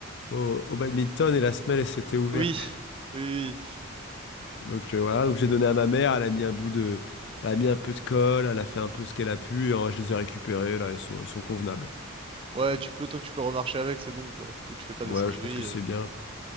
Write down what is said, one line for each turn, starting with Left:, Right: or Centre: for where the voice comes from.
Left: au, au badminton et la semelle, elle s'était ouverte.
Right: Oui, oui, oui.
Left: Donc euh, voilà, donc j'ai donné à ma mère, elle a mis un bout de, elle a mis un peu de colle, elle a fait un peu ce qu'elle a pu, et euh, je les ai récupérées, là, elles sont, elles sont convenables.
Right: Ouais, tu peux, tant que tu peux remarcher avec, c'est bon, quoi. Tant que tu fais pas
Left: Ouais,
Right: des singeries.
Left: je pense que c'est
Right: euh.
Left: bien.